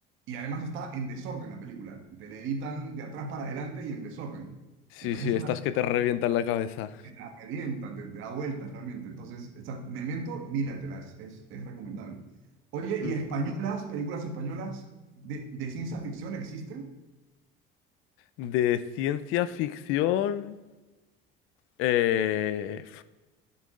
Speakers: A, on the right; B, on the left.
A: Y además está en desorden la película. Te le editan de atrás para adelante y en desorden.
B: Sí,
A: Entonces
B: sí,
A: es una
B: estas
A: locura.
B: que te revientan la cabeza.
A: te la revientan, te, te da vueltas realmente. Entonces, esa- Memento, míratelas, es, es recomendable. Oye,
B: Mm.
A: ¿y españolas, películas españolas de, de ciencia ficción existen?
B: De ciencia ficción. eh,